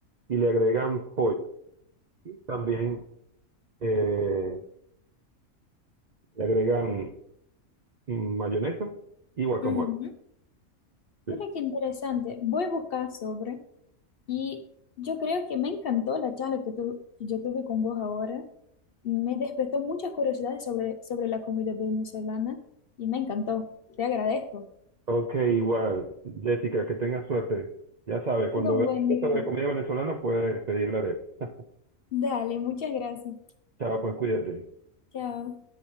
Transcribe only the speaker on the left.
ujú.
Mira qué interesante. Voy a buscar sobre. Y yo creo que me encantó la charla que, tu- que yo tuve con vos ahora. Me despertó muchas curiosidades sobre, sobre la comida venezolana y me encantó. Te agradezco.
Tenga un
buen
día.
Dale, muchas gracias.
Chao.